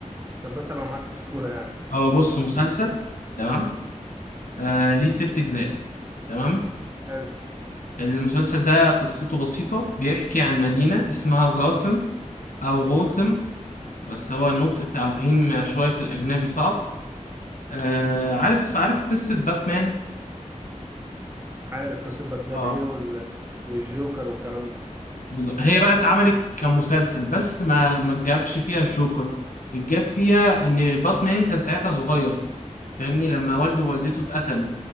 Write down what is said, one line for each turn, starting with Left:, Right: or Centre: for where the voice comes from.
Right: عشان بس أبقى معاك في الصورة يعني
Left: هو بص مسلسل تمام آه، ليه ست اجزاء تمام
Right: حلو
Left: المسلسل ده قصته بسيطة بيحكي عن مدينة اسمها جوثم او غوثم بس هو النطق بتاع الغيم شوية في الاجنبي صعب آه،
Right: امم
Left: عارف عارف قصة باتمان
Right: عارف قصة باتمان
Left: آه.
Right: هي وال... والجوكر والكلام ده
Left: بز- هي بقى اتعملت كمسلسل بس ما ما جابش فيها الجوكر الجاب فيها ان باتمان كان ساعتها صغير فاهمني لما والده ووالدته اتقتلوا